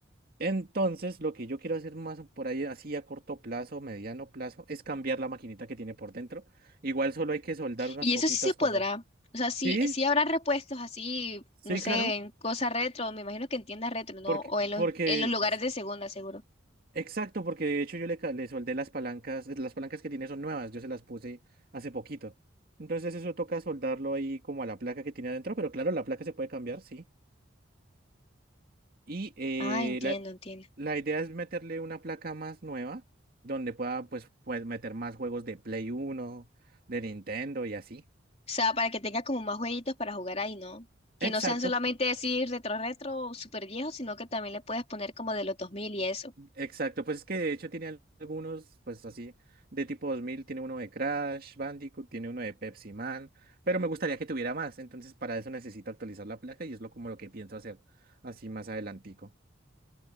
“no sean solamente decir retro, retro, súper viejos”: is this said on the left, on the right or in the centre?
Left